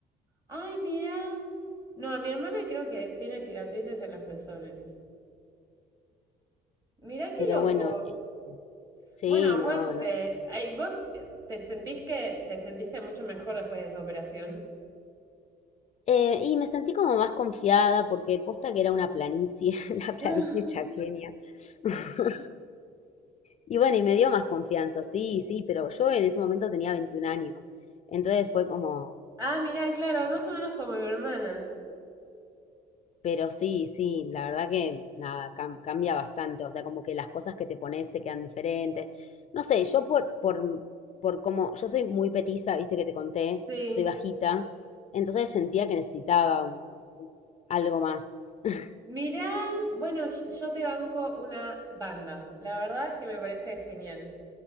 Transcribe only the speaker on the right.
Ay, mira. No, mi hermana creo que tiene cicatrices en los pezones. Mirá qué
loco.
Bueno, aguante.
Ay, ¿vos te te sentís que te sentiste mucho mejor después de esa operación?
<laughs>
Ah, mirá, claro, más o menos como mi hermana.
Sí.
Mirá, bueno, y- yo te banco una banda. La verdad es que me parece genial.